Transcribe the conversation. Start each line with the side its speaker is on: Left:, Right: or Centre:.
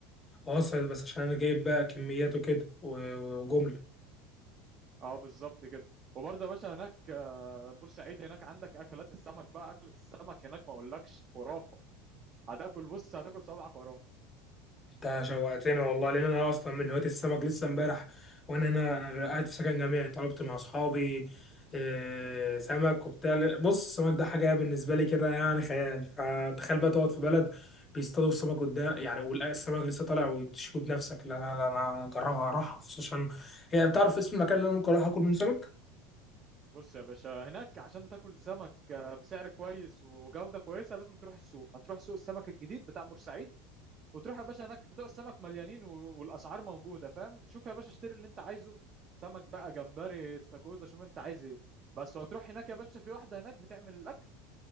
Left: واصل بس عشان انا جايب بقى كميات وكده و- وجملة
Right: اه بالظبط كده وبرضه يا باشا هناك آه، بورسعيد هناك عندك اكلات السمك بقى اكله السمك هناك ما اقولكش خرافه هتاكل بص هتاكل صوابعك وراها
Left: انت شوقتني والله لان انا اصلا من هواة السمك لسه امبارح وانا هنا انا قاعد في سكن جامعي طلبت مع اصحابي آه، سمك وبتاع بص السمك ده حاجه بالنسبه لي كده يعني خيال فتخيل بقى تقعد في بلد بيصطادوا السمك قدام يعني والسمك لسه طالع وبتشوفه بنفسك لا لا لا انا اجربها اروح خصوصا هي بتعرف اسم المكان اللي انا ممكن اروح اكل منه سمك
Right: بص يا باشا هناك عشان تاكل سمك آه، بسعر كويس وجودة كويسة لازم تروح السوق هتروح سوق السمك الجديد بتاع بورسعيد وتروح يا باشا هناك بتوع السمك مليانين و- والاسعار موجوده فاهم شوف يا باشا اشتري اللي انت عايزه سمك بقى جمبري استاكوزا شوف انت عايز ايه بس وهتروح هناك يا باشا في واحده هناك بتعمل الاكل